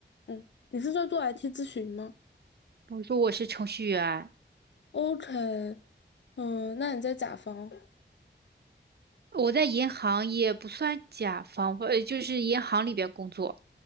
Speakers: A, on the left; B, on the right.
A: 嗯，你是在做 IT 咨询吗
B: 我说我是程序员，
A: ？OK，嗯，那你在甲方？
B: 我在银行也不算甲方吧，呃，就是银行里边工作。